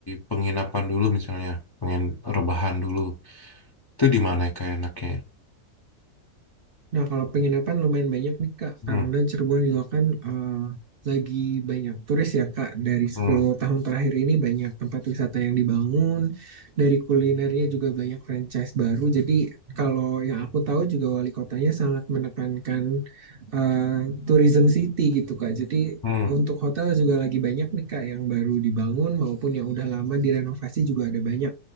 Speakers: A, on the left; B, on the right.
A: penginapan dulu misalnya, pengen rebahan dulu. Itu di mana ya kayak enaknya? ya?
B: Nah kalau penginapan lumayan banyak nih Kak,
A: Hmm,
B: karena Cirebon juga kan eh, lagi banyak turis ya Kak. Dari
A: hmm,
B: 10 tahun terakhir ini banyak tempat wisata yang dibangun, dari kulinernya juga banyak franchise baru. Jadi kalau yang aku tahu juga wali kotanya sangat menekankan eh, tourism city gitu Kak. Jadi
A: hmm,
B: untuk hotel juga lagi banyak nih Kak yang baru dibangun maupun yang udah lama direnovasi juga ada banyak.